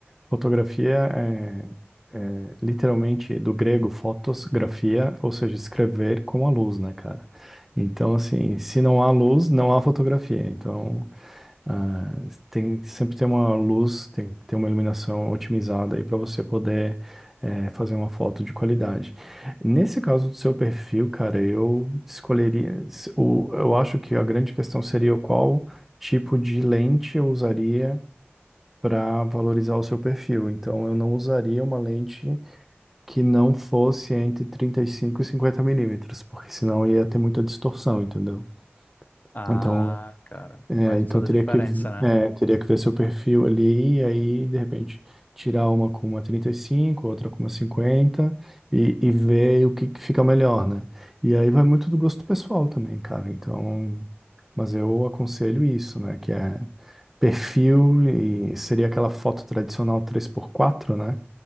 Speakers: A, in the centre; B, on the left.
A: Fotografia é, é literalmente do grego fotos, grafia, ou seja, escrever com a luz, né, cara? Então, assim, se não há luz, não há fotografia. Então, ah, tem sempre ter uma luz, tem que ter uma iluminação otimizada aí para você poder eh, fazer uma foto de qualidade. Nesse caso do seu perfil, cara, eu escolheria. se- O, eu acho que a grande questão seria qual tipo de lente eu usaria para valorizar o seu perfil. Então, eu não usaria uma lente que não fosse entre trinta e cinco e cinquenta milímetros, porque senão ia ter muita distorção, entendeu?
B: Ah,
A: Então,
B: cara,
A: é,
B: faz
A: então
B: toda
A: teria
B: a diferença,
A: que,
B: né?
A: é, teria que ver seu perfil ali, e aí, de repente, tirar uma com uma 35 outra com uma 50 e, e ver o que que fica melhor, né? E aí vai muito do gosto pessoal também, cara. Então, mas eu aconselho isso, né? Que é perfil, e seria aquela foto tradicional três por quatro né?